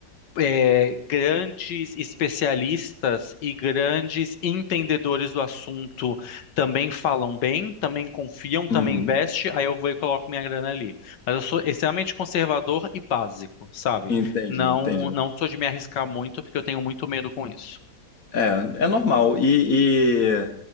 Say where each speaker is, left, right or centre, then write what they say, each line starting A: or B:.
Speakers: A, on the left; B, on the left.
A: é, grandes especialistas e grandes entendedores do assunto também falam bem, também confiam, também
B: Uhum.
A: investem, aí eu vou e coloco minha grana ali. Mas eu sou extremamente conservador e básico, sabe?
B: Entendi,
A: Não,
B: entendi.
A: não sou de me arriscar muito, porque eu tenho muito medo com isso.
B: É, é normal. E, e,